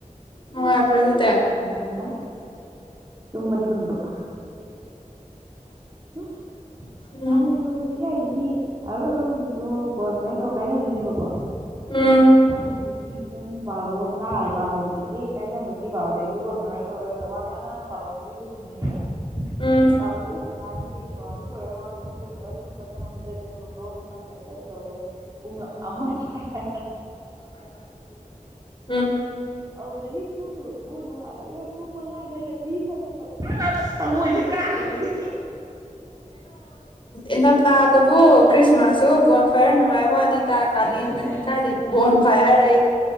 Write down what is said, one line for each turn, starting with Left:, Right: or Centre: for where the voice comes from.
Left: ꯅꯨꯡꯉꯥꯢꯕ꯭ꯔꯥ ꯑꯗꯨ
Right: ꯅꯨꯡꯉꯥꯏ ꯇꯝꯕꯗꯤ ꯐꯪꯗꯕ ꯍꯥ
Left: ꯎꯝ
Right: ꯁꯥꯎꯅꯤꯡꯕꯁꯤꯗꯤ ꯀꯥꯏꯗꯒꯤ ꯑꯔꯣꯢꯕ ꯅꯨꯃ ꯇꯣ ꯕꯣꯟ ꯐꯥꯢ꯭ꯔ ꯇꯧꯔ ꯀꯥꯏꯅꯗꯣꯏꯅꯦꯕꯀꯣ
Left: ꯎꯝ
Right: ꯑꯗꯨꯗꯨꯒꯤ ꯄꯨꯡ ꯕꯥꯔꯣ ꯇꯥꯔꯦ ꯕꯥꯔꯣꯗꯒꯤ ꯀꯥꯏꯅꯕꯒꯤ ꯕꯥꯔꯣꯗꯒꯤ ꯕꯣꯟ ꯐꯥꯏꯌꯔ ꯇꯧꯔꯒꯗ ꯋꯥ ꯃꯌꯥꯝ ꯉꯥꯡꯉ ꯕꯥꯔꯣ ꯗꯩ ꯂꯣꯏꯁꯟꯗꯣꯏꯅꯦꯕ
Left: ꯎꯝ
Right: ꯕꯥꯔꯣꯗ ꯂꯣꯢꯁꯟꯕ ꯍꯥꯢꯁꯦ ꯕꯥꯔꯣꯗ ꯂꯣꯢꯔ ꯋꯥ ꯉꯥꯡꯕ ꯈꯣꯠꯄ ꯂꯣꯢꯔ ꯇꯨꯝꯕ ꯆꯪꯉꯛꯄꯗ ꯗ꯭ꯔꯦꯁ ꯍꯣꯡꯗꯣꯛ ꯍꯣꯡꯖꯤꯟ ꯅꯪꯗꯕꯩ ꯇꯧꯕꯗ ꯄꯨꯡ ꯑꯃ ꯇꯥꯔꯦ
Left: <unintelligible>
Right: ꯑꯗꯨꯗꯒꯤ ꯇꯨꯝꯒꯤꯕꯗꯨꯕꯨ ꯅꯣꯡꯉꯥꯜꯂꯒ ꯄꯨꯡ ꯃꯉꯥꯗ ꯔꯦꯐ꯭ꯔꯤ ꯈꯣꯡꯢ ꯑꯁ ꯊꯃꯣꯢꯁꯦ ꯀꯥꯏꯕꯅꯤ
Left: ꯏꯟꯊꯝꯊꯥꯗꯕꯨ ꯈ꯭ꯔꯤꯁꯃꯥꯁꯁꯨ ꯕꯣꯟ ꯐꯥꯌꯔ ꯅꯨꯡꯉꯥꯏꯕ ꯋꯥꯅꯤ ꯗ ꯀꯥꯂꯦꯟꯗꯗꯤ
Right: ꯑꯗꯨꯅꯦ
Left: ꯀꯥꯏꯗꯩ ꯕꯣꯟ ꯐꯥꯌꯔ ꯑꯌꯦ